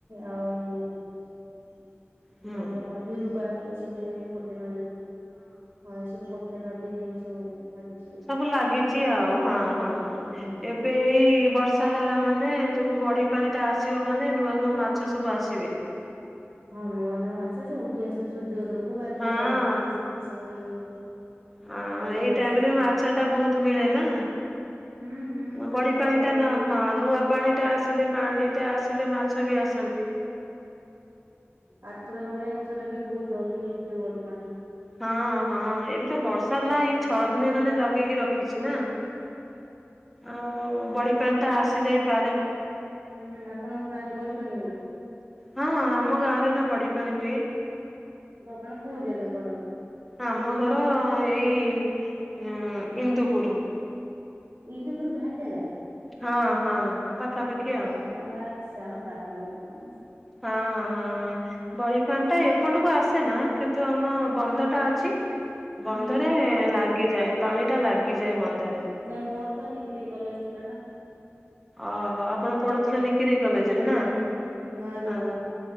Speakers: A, on the right (about 60°); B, in the centre.
A: ଆଉ <inaudible>
B: ହୁଁ
A: ଆମର କଣ ବିରୂପା ଏସବୁ <inaudible> ଗୋଟେ ନଈରେ ହଁ ଏସବୁ ଗୋଟ୍ ତ ନଦୀରେ ସବୁ ଲାଗି
B: ସବୁ ଲାଗିଛି ଆଉ, ହଁ ହଁ
A: ହୁଁ ହୁଁ।
B: ଏବେ ଏଇ ବର୍ଷ୍ ର୍ଷା ହେଲା ମାନେ ଯବୁ ବଢ଼ି ପାଣିଟା ଆସିବ ମାନେ ନୂଆ ନୂଆ ମାଛ ସବୁ ଆସିବେ।
A: ହଁ ନୂଆ ନୂଆ ମାଛ ସବୁ ଉଠି ଆସିବେ ଯୋରକୁ ବାଟରେ
B: ହଁ
A: ଚାଲିଆସିବେ ସେଥି ସବୁ
B: ହଁ
A: କଉ
B: ଏଇ
A: ମାଛ
B: ଟାଇମ
A: ସବୁ
B: ରେ ମାଛ ଟା ବହୁତ ମିଳେ ନା।
A: ହୁଁ ହୁଁ ସେଇ
B: ବଡି
A: ମାଛ
B: ପାଣି ଟା
A: ଆଉ
B: ନା ହଁ ନୂଆ ପାଣି ଟା ଆସିଲେ ପାଣି ଟା ଆସିଲେ ମାଛ ବି ଆସନ୍ତି।
A: ଆର ଥର ଭଳିଆ ଏଥର ବି ବହୁତ ଜଲଦି ହେଇଛି ବଡି ପାଣି।
B: ହଁ ହଁ ଏବେ ତ ବର୍ଷା ମା ଏଇ ଛଅ ଦିନ ହେଲାଣି ଲଗେଇକି ରଖିଛି ନା? ଆଉ
A: ହୁଁ
B: ବଡି ପାଣି ଟା ଆସି ଯାଇପାରେ
A: ହୁଁ ହୁଁ ଆପଣଙ୍କ ଗାଁରେ ବଡ଼ି ପାଣି ହୁଏ?
B: ହଁ ଆମ ଗାଁ ରେ ନା ବଡିି ପାଣି ହୁଏ।
A: ଆପଣ କୋଉ ଜାଗା ଘର?
B: ଆମ ଘର ଏଇ ଇନ୍ଦୁପୁର।
A: ଇନ୍ଦୁପୁର ଘାଗେରା?
B: ହଁ ହଁ। ପାଖାପାଖି
A: ଆ
B: ଆଉ
A: ସେ ଆମ ପାଖ ଲୋକ ତମେ।
B: ହଁ ହଁ ହଁ ହଁ ବଡି ପାଣି ଟା ଏପଟକୁ ଆସେ ନା କିନ୍ତୁ ଆମ ବନ୍ଧ ଟା ଅଛି। ବନ୍ଧରେ
A: ହୁଁ ହୁଁ ଭଲ
B: ଲାଗିଯାଏ ପାଣି ଟା ଲାଗିଯାଏ
A: ହୁଁ
B: ବନ୍ଧରେ।
A: ନାଇଁ ମୋର ତ ନିକିରି କଲେଜ୍ ଥିଲା ନା।
B: ଓହୋ ଆପଣ ପଢୁଥିଲେ ନିକିରି କଲେଜରେ
A: ହୁଁ
B: ନା?
A: ହୁଁ ହୁଁ ମା ବି
B: ହଁ।